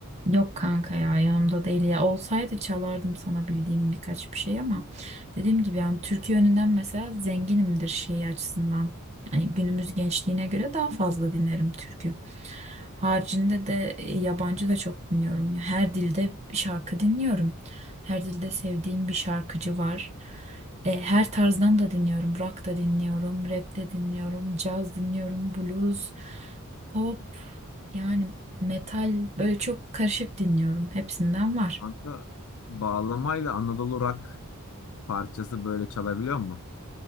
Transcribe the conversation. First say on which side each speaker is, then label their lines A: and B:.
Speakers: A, on the right; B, on the left.
A: Yok kanka ya yanımda değil ya olsaydı çalardım sana bildiğim birkaç bir şey ama dediğim gibi yani Türkiye yönünden mesela zenginimdir şey açısından. Yani günümüz gençliğine göre daha fazla dinlerim türkü. Haricinde de e, yabancı da çok dinliyorum ya. Her dilde bir şarkı dinliyorum. Her dilde sevdiğim bir şarkıcı var. E, her tarzdan da dinliyorum. Rock da dinliyorum, rap de dinliyorum, caz dinliyorum, blues, pop yani metal böyle çok karışık dinliyorum. Hepsinden var.
B: Kanka bağlamayla Anadolu Rock parçası böyle çalabiliyor mu?